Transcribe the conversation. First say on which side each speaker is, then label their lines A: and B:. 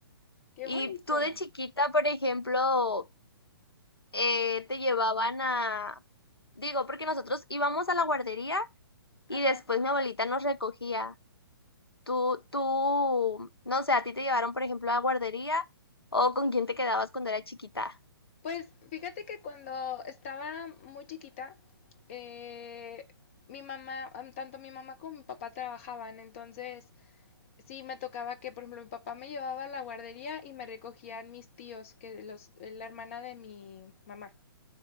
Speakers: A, on the left (about 35°); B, on the left (about 80°).
A: Qué
B: Y
A: bonito.
B: tú de chiquita, por ejemplo, eh, te llevaban a, digo, porque nosotros íbamos a la guardería
A: Ajá.
B: y después mi abuelita nos recogía. Tú, tú, no sé, a ti te llevaron, por ejemplo, a la guardería o con quién te quedabas cuando era chiquita.
A: Pues fíjate que cuando estaba muy chiquita, eh, mi mamá, am- tanto mi mamá como mi papá trabajaban, entonces sí me tocaba que, por ejemplo, mi papá me llevaba a la guardería y me recogían mis tíos, que los, la hermana de mi mamá.